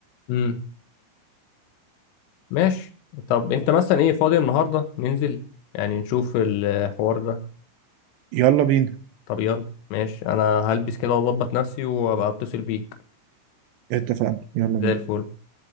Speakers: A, on the left; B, on the right.
A: امم ماشي طب أنت مثلا إيه فاضي النهاردة ننزل يعني نشوف الحوار ده
B: يلا بينا
A: طب يلا ماشي انا هلبس كده واظبط نفسي وابقى اتصل بيك
B: اتفقنا يلا بينا
A: زي الفل